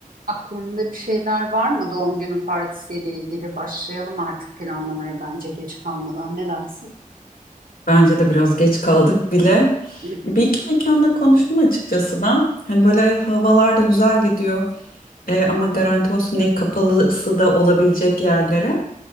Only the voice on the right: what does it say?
Aklında bir şeyler var mı doğum günü partisiyle ilgili? Başlayalım artık planlamaya bence geç kalmadan. Ne dersin?
<laughs>